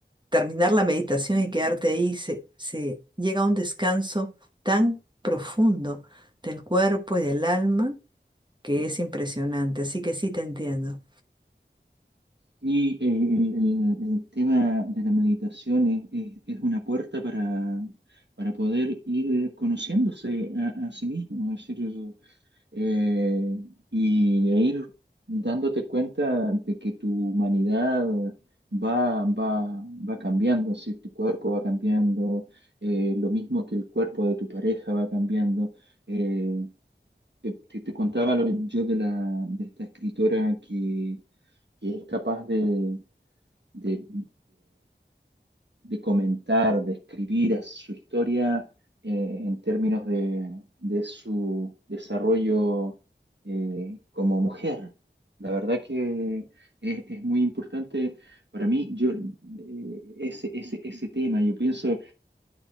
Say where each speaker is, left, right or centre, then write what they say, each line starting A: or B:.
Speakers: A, on the right (about 25°); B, on the right (about 70°).
A: terminar la meditación y quedarte ahí, se, se llega a un descanso tan profundo del cuerpo y del alma que es impresionante. Así que sí te entiendo.
B: y eh, el, el- el tema de la meditación es, es- es una puerta para, para poder ir conociéndose a, a sí mismo. Es decir, eh, y e ir dándote cuenta de que tu humanidad va, va, va cambiando, si tu cuerpo va cambiando, eh, lo mismo que el cuerpo de tu pareja va cambiando. Eh, te, te- te contaba lo- yo de, la, de esta escritora que, que es capaz de, de, de comentar, de escribir su historia eh, en términos de, de su desarrollo eh, como mujer. La verdad que es, es muy importante para mí, yo, eh, ese, ese, ese tema, yo pienso